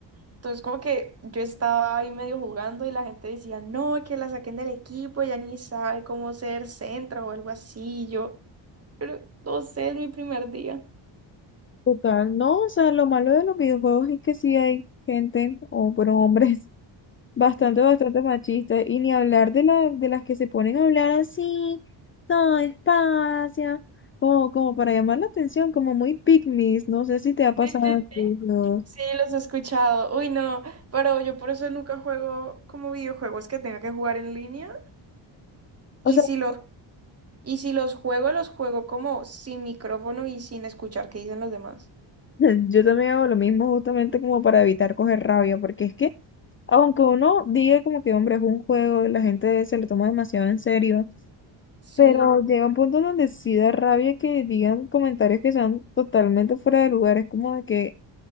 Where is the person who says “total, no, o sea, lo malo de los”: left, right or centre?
Left